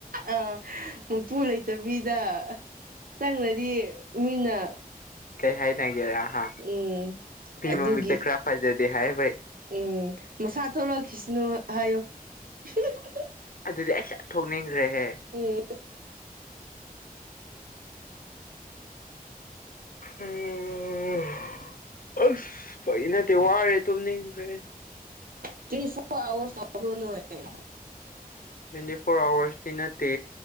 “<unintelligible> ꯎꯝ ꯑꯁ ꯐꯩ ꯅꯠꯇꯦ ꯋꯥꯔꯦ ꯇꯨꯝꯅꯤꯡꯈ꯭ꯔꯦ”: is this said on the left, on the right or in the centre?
Left